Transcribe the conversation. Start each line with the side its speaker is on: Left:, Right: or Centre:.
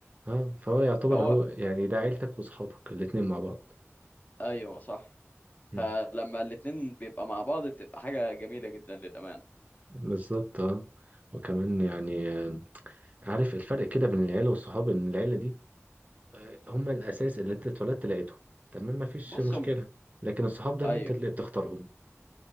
Right: اه فهو يعتبر
Left: فهو
Right: هو يعني ده عيلتك وصحابك الاتنين مع بعض
Left: ايوه صح
Right: مم.
Left: فلما الاتنين بيبقى مع بعض بتبقى حاجة جميلة جدا للأمانة
Right: بالظبط اه وكمان يعني آه، عارف الفرق كده بين العيلة والصحاب ان العيلة دي آه، هما الاساس اللي انت اتولدت لقيتهم تمام مفيش
Left: بص
Right: مشكلة
Left: هم-
Right: لكن الصحاب ده
Left: ايوه
Right: اللي انت اللي بتختارهم